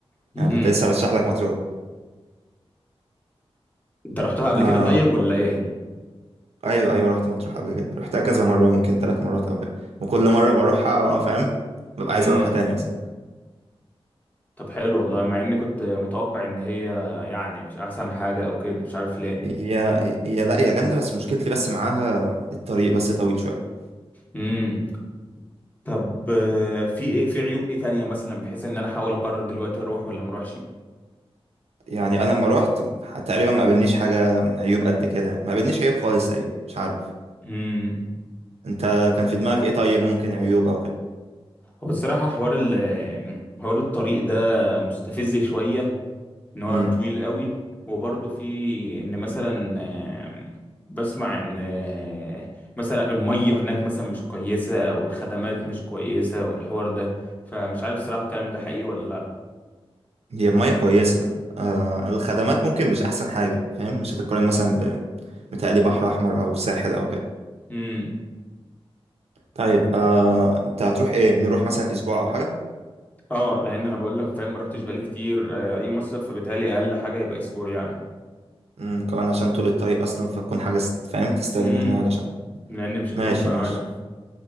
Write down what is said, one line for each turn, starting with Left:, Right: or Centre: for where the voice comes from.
Left: <laughs> مم.
Right: انا كنت لسه ارشح لك مطروح
Left: انت رحتها قبل
Right: آه
Left: كده طيب ولا ايه
Right: ايوه ايوه رحت مطروح قبل كده رحتها كذا مره ممكن ثلاث مرات او كده وكل مره بروحها فاهم ببقى
Left: امم
Right: عايز اروحها تاني اصلا
Left: طب حلو والله مع اني كنت متوقع ان هي يعني مش احسن حاجة او كده مش عارف ليه
Right: هي هي لا هي جامده بس مشكلتي بس معاها الطريق بس طويل شويه
Left: امم طب آه، في ايه في عيوب ايه تانية مثلا بحيث ان انا احاول اقرر دلوقتي اروح ولا ما اروحش
Right: يعني انا لما روحت تقريبا ما قابلنيش حاجه عيوب قد كده ما قابلنيش عيوب خالص تقريبا مش عارف
Left: امم
Right: انت كان في دماغك ايه طيب ممكن عيوب او كده
Left: هو الصراحة حوار ال حوار الطريق ده مستفز شوية ان هو
Right: امم.
Left: طويل قوي وبرضه في ان مثلا آه، بسمع ان آه، مثلا المية هناك مثلا مش كويسة والخدمات مش كويسة والحوار ده فمش عارف صراحة الكلام ده حقيقي ولا لا
Right: هي المية كويسة آه الخدمات ممكن مش أحسن حاجة فاهم مش هتتقارن مثلا ب متهيألي بحر أحمر أو ساحل أو كده
Left: امم
Right: طيب آه أنت هتروح إيه نروح مثلا أسبوع أو حاجة
Left: اه لان انا بقول لك فاهم ما رحتش بقالي كتير آه، اي مصيف فبالتالي اقل حاجة يبقى اسبوع يعني
Right: مم، كمان عشان طول الطريق أصلا فتكون حاجة است- فاهم تستاهل
Left: امم
Right: إن احنا نقعد عشان
Left: لان مش
Right: ماشي
Left: هينفع
Right: ماشي
Left: أيوه.